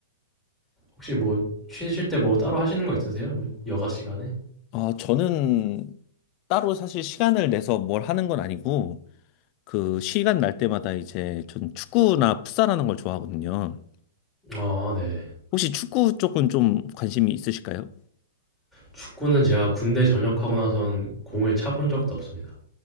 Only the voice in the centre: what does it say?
혹시 뭐 쉬실 때 뭐 따로 하시는 거 있으세요? 뭐 여가 시간에?
아 네.
축구는 제가 군대 전역하고 나선 공을 차 본 적도 없습니다.